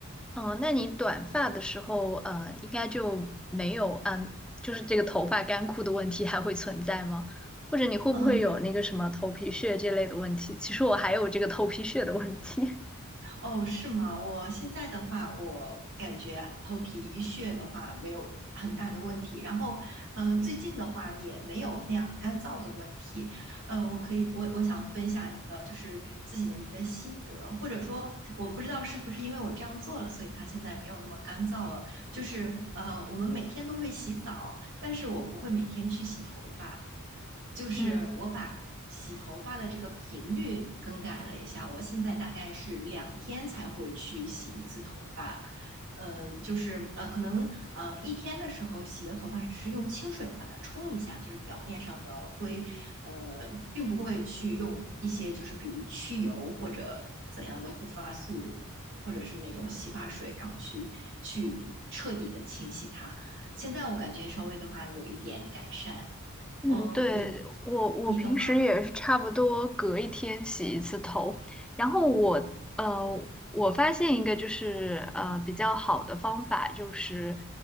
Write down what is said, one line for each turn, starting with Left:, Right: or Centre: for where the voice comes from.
Centre: 哦，那你短发的时候，呃，应该就没有，嗯，就是这个头发干枯的问题还会存在吗？或者你会不会有那个什么头皮屑这类的问题？
Right: 嗯，
Centre: 其实我还有这个头皮屑的问题。
Right: 哦，是吗？我现在的话，我感觉头皮屑的话没有很大的问题，然后，嗯、最近的话也没有那样干燥的问题。嗯、我可以，我我想分享一个就是自己的一个心得，或者说我不知道是不是因为我这样做了，所以它现在没有那么干燥了。就是呃，我们每天都会洗澡，但是我不会每天去洗头发。就是我把洗头发的这个频率更改了一下，
Centre: <laughs> 嗯。
Right: 我现在大概是两天才会去洗一次头发。呃，就是呃，可能呃一天的时候洗的头发只是用清水把它冲一下，就是表面上的灰，呃，并不会去用一些就是比如去油或者怎样的护发素，或者是那种洗发水，然后去去彻底的清洗它。现在我感觉稍微的话有一点改善。
Centre: 嗯，
Right: 嗯，
Centre: 对，
Right: 你
Centre: 我我平时也是差不多隔一天洗一次头，
Right: 你都
Centre: 然后我呃，我发现一个就是呃比较好的方法就是，